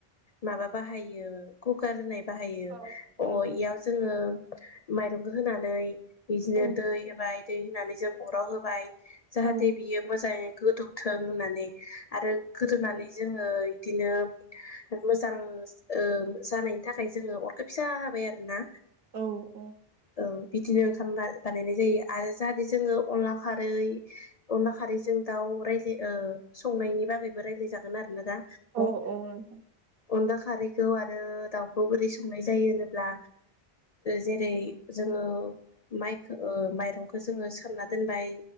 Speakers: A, on the left; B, on the right.
A: माबा बाहायो कुकार होननाय। बाहायो
B: औ औ
A: अ इयाव जोङो मायरंखौ होनानै बिदिनो
B: औ
A: दै होबाय दै होनानै। जों अराव होबाय। जाहाथे
B: औ
A: बियो मोजाङै गोदौ थों होननानै। आरो गोदोनानै जोङो इदिनो मोजां ओ जानायनि थाखाय जोङो अरखो फिसा होबाय आरोना।
B: औ औ।
A: औ बिदिनो ओंखाम बा-बानायनाय जायो आरो जाहाथे जोङो अनला खारै अनला खारैजों दाउ रायज्ला ओ संनायनि बागैबो रायज्लाय जागोन आरोना दा।
B: औ औ नोंथां
A: अनला खारैखौ आरो दाउखौ बोरै संनाय जायो होनोब्ला जेरै- जोङो माइखो माइरंखौ जोङो सोमना दोनबाय